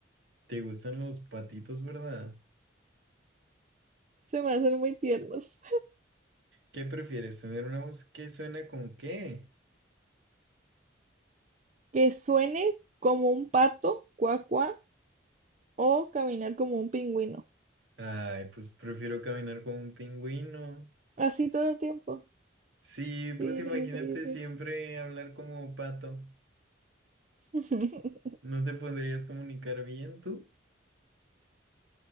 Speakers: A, on the right; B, on the right.
A: ¿Te gustan los patitos, verdad?
B: Se me hacen muy tiernos.
A: ¿Qué prefieres? ¿Tener una voz que suena con qué?
B: ¿Que suene como un pato, cuá, cuá, o caminar como un pingüino?
A: Ay, pues prefiero caminar como un pingüino.
B: Así todo el tiempo.
A: Sí,
B: Ti,
A: pues imagínate
B: ri, ri, ri.
A: siempre hablar como un pato.
B: <laughs>
A: ¿No te podrías comunicar bien tú?